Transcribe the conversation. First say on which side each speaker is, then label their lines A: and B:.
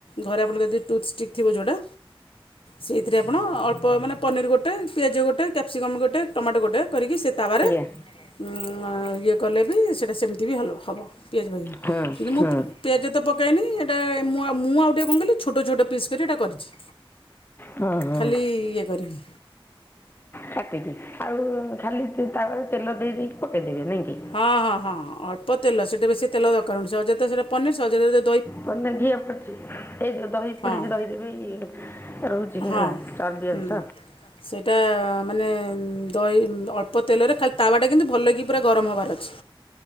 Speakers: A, on the left; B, on the left.
A: ଘରେ ଆପଣଙ୍କର ଯଦି ଟୁଥ୍ ଷ୍ଟିକ୍ ଥିବ ଯଉଟା, ସେଇଥିରେ ଆପଣ ଅଳ୍ପ ପ ମାନେ ପନିରଗୋଟେ, ପିଆଜଗୋଟେ, କ୍ୟାପ୍ସିକମ୍ ଗୋଟେ, ଟମାଟୋଗୋଟେ, କରିକି ସେ ତାୱାରେ
B: ଆଜ୍ଞା
A: ଇଏ କଲେ ବି ସେଇଟା ସେମିତି ବି ହଲ ହବ ପିଆଜ ପକେଇକି।
B: ହଁ
A: କିନ୍ତୁ ମୋ
B: ହଁ
A: ପ ପିଆଜ ତ ପକାଇନି ଏଇଟା ମୁଁ ଆଉ ମୁଁ ଆଉ ଟିକେ କଣ କଲି ଛୋଟ ଛୋଟ ପିସ୍ କରି ଏଇଟା କରିଛି।
B: ହଁ ହଁ
A: ଖାଲି ଇଏ କରିବି।
B: କାଟିକି। ଆଉ ଖାଲି ତାୱାରେ ତେଲ ଦେଇ ଦେଇେଇକି ପକେଇଦେବେ ନାଇଁକି।
A: ହଁ ହଁ ହଁ, ଅଳ୍ପ ତେଲ ସେଟି ବେଶୀ ତେଲ ଦରକାରହବନି ସହଜେ ତ ସେଟା ପନିର ସଜରେ ଦ
B: କଣ ନା ଘିଅ ପଡିଛି ଏଇ ଯୋଉ ଦହି ପଡିଛି,
A: ହଁ
B: ଦହିରେ ବିଇ ରହୁଛି ନା।
A: ହଁ
B: ଚର୍ବି
A: <unintelligible>
B: ଅଂଶ
A: ସେଇଟା ମାନେ ଦହି ଅଳ୍ପ ତେଲରେ ଖାଲି ତାୱାଟା କିନ୍ତୁ ଭଲକି ପୁରା ଗରମ ହେବାର ଅଛି।